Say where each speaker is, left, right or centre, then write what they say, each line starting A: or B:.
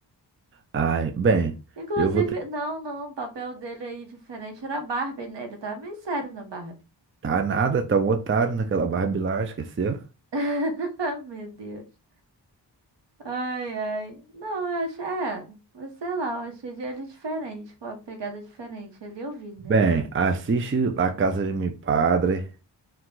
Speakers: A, on the right (about 30°); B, on the right (about 70°).
A: Ai, bem,
B: Inclusive,
A: eu vou ter.
B: não, não, o papel dele aí diferente era a Barbie, né? Ele tava meio sério na Barbie.
A: Tá nada, tá um otário naquela Barbie lá, esqueceu?
B: <laughs> Meu Deus. Ai, ai. Não, eu achei, é, mas sei lá, eu achei ele diferente, com a pegada diferente. Ali eu vi, né?
A: Bem, assiste La Casa de Mi Padre.